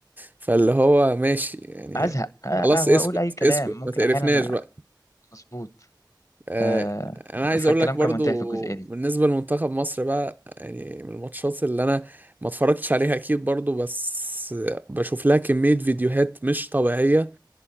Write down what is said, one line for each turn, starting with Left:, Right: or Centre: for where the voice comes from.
Right: فاللي هو ماشي يعني
Left: ازهق
Right: خلاص
Left: أه آه،
Right: اسكت
Left: واقول اي كلام
Right: اسكت
Left: ممكن
Right: ما تقرفناش
Left: احيانا
Right: بقى
Left: أ- مظبوط
Right: آه،
Left: أه
Right: انا عايز
Left: فالكلام
Right: اقول لك
Left: كان
Right: برضو
Left: منتهي في الجزئيه
Right: بالنسبه
Left: دي
Right: لمنتخب مصر بقى يعني من الماتشات اللي انا ما اتفرجتش عليها اكيد برضو بس بشوف لها كميه فيديوهات مش طبيعيه